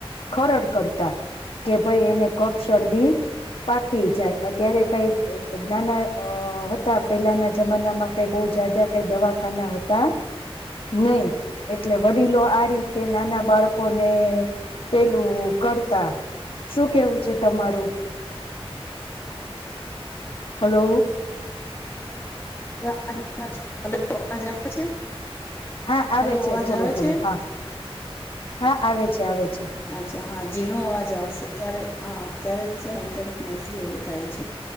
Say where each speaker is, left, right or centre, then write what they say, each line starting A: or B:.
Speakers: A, on the left; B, on the left.
A: ખરડ કરતા કે, ભઈ એને કફ-શરદી પાકી જાય. અત્યારે કઈ દ નાના અ હતા પેલાના જમાનામાં કઈ બઉ જાજા કઈ દવાખાના હતા નઈ એટલે વડીલો આ રીતે નાના બાળકોને પેલું કરતા શું કેવું છે, તમારું હલો
B: <unintelligible>
A: હા, આવે
B: હલો
A: છે
B: અવાજ
A: થોડું,
B: આવે
A: થોડું,
B: છે
A: હા, હા આવે છે, આવે છે
B: અચ્છા, હા, ઝીણો અવાજ આવેશે તારો હા, ક્યારેક છે ને એમ તેમ મોસ્ટલી એવું થાય છે